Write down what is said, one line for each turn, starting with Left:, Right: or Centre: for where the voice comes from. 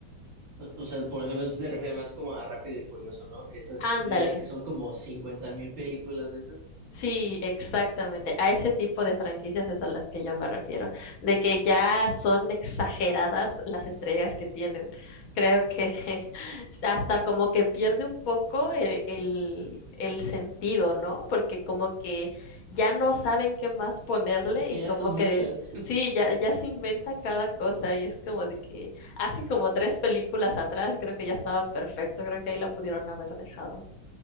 Right: O o sea, por ejemplo, tú te refieres más como a Rápido y Furioso, ¿no? Que esas,
Left: Ándale.
Right: ya ves que son como cincuenta mil películas de esas.
Left: Sí, exactamente. A ese tipo de franquicias es a las que yo me refiero, de que ya son exageradas las entregas que tienen. Creo que <laughs> hasta como que pierde un poco el, el, el sentido, ¿no? Porque como que ya no saben qué más ponerle
Right: Es
Left: y
Right: que
Left: como
Right: ya son muchas.
Left: que sí, ya, ya se inventan cada cosa y es como de que hace como tres películas atrás creo que ya estaba perfecto, creo que ahí la pudieron haber dejado.